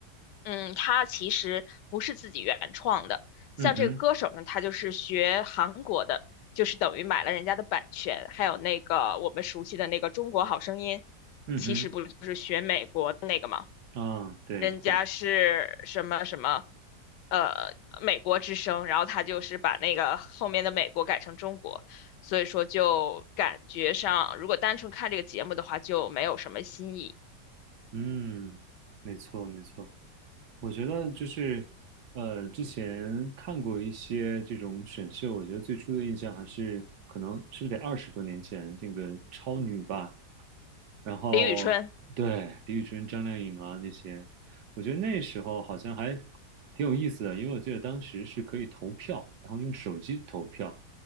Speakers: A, on the left; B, on the right.
A: 嗯，他其实不是自己原创的。像这个歌手呢，
B: 嗯哼
A: 他就是学韩国的，就是等于买了人家的版权，还有那个我们熟悉的那个《中国好声音》，
B: 嗯哼
A: 其实不就是学美国的那个吗？
B: 啊，对对，
A: 人家是什么什么，呃，美国之声，然后他就是把那个后面的美国改成中国，所以说就感觉上，如果单纯看这个节目的话，就没有什么新意。
B: 嗯，没错没错，我觉得就是呃，之前看过一些这种选秀，我觉得最初的印象还是可能是不是得二十多年前这个超女吧，然后对李宇春、
A: 李宇春，
B: 张靓颖啊那些，我觉得那时候好像还挺有意思的，因为我记得当时是可以投票，然后用手机投票，